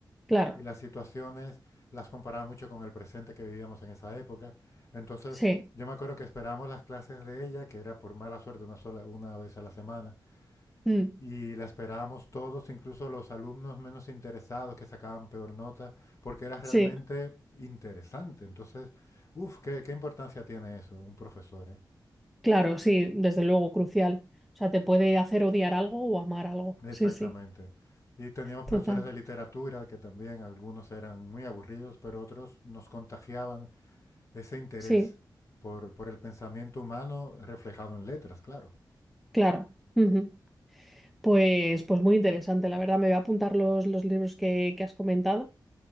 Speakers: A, in the centre; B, on the left (about 40°).
A: claro.
B: y las situaciones las comparaba mucho con el presente que vivíamos en esa época. Entonces,
A: Sí.
B: yo me acuerdo que esperábamos las clases de ella, que era por mala suerte una sola una vez a la semana,
A: Mm.
B: y la esperábamos todos, incluso los alumnos menos interesados que sacaban peor nota, porque era realmente
A: Sí.
B: interesante. Entonces, uff, ¿qué, ¿qué, importancia tiene eso, un profesor, eh?
A: Claro, sí, desde luego, crucial. O sea, te puede hacer odiar algo o amar algo.
B: Exactamente.
A: Sí, sí,
B: Y teníamos profesores
A: total.
B: de literatura que también algunos eran muy aburridos, pero otros nos contagiaban ese interés
A: Sí,
B: por, por el pensamiento humano reflejado en letras, claro.
A: claro. Ujú. Pues, pues muy interesante, la verdad. Me voy a apuntar los, los libros que, que has comentado